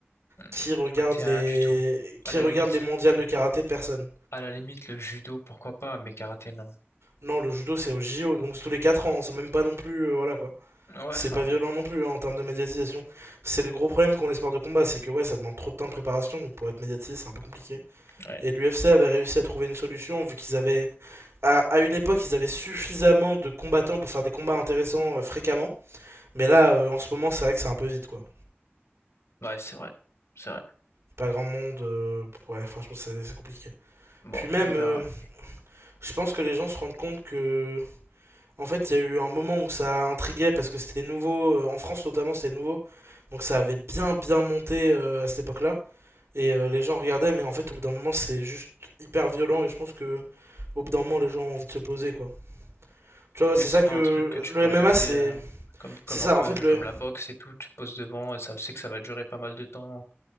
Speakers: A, on the left; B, on the right.
A: Hmm,
B: Qui regarde
A: Karaté,
B: les
A: rien du tout.
B: qui
A: À la
B: regarde
A: limite,
B: les mondiales de karaté? Personne.
A: à la limite, le judo, pourquoi pas, mais karaté, non.
B: Non, le judo c'est au JO, donc c'est tous les 4 ans, c'est même pas non plus, euh, voilà quoi.
A: Ouais,
B: C'est
A: enfin
B: pas
A: bon.
B: violent non plus hein, en termes de médiatisation. C'est le gros problème qu'ont les sports de combat, c'est que ouais, ça demande trop de temps de préparation, donc pour être médiatisé c'est un peu compliqué.
A: Ouais,
B: Et l'UFC avait réussi à trouver une solution, vu qu'ils avaient, à, à une époque, ils avaient suffisamment de combattants pour faire des combats intéressants euh, fréquemment, mais là euh, en ce moment c'est vrai que c'est un peu vite quoi.
A: ouais, c'est vrai. C'est vrai.
B: Pas grand monde, euh, ouais, franchement c'est c'est compliqué.
A: Bon,
B: Puis même,
A: on verra.
B: euh, je pense que les gens se rendent compte que En fait, il y a eu un moment où ça intriguait parce que c'était nouveau, euh, en France notamment, c'était nouveau. Donc ça avait bien bien monté euh, à cette époque-là et euh, les gens regardaient mais en fait au bout d'un moment c'est juste hyper violent et je pense que au bout d'un moment les gens ont envie de se poser quoi. Tu vois,
A: Oui,
B: c'est
A: c'est
B: ça
A: pas
B: que
A: un truc que tu
B: le
A: peux
B: MMA
A: regarder
B: c'est
A: euh, comme, comme
B: c'est ça
A: un peu
B: en fait le
A: comme la boxe et tout, tu te poses devant et ça, c'est que ça va durer pas mal de temps.